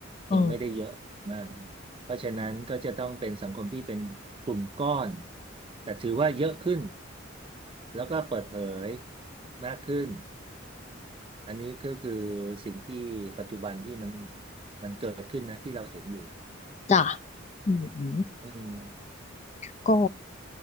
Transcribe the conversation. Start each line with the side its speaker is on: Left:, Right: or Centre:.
Left: อืม
Right: ยังไม่ได้เยอะมากเพราะฉะนั้นก็จะต้องเป็นสังคมที่เป็นกลุ่มก้อนแต่ถือว่าเยอะขึ้นแล้วก็เปิดเผยมากขึ้นอันนี้ก็คือสิ่งที่ปัจจุบันที่มันมันเกิดขึ้นนะที่เราเห็นอยู่
Left: จ้ะอืมอืม
Right: อืม
Left: ก็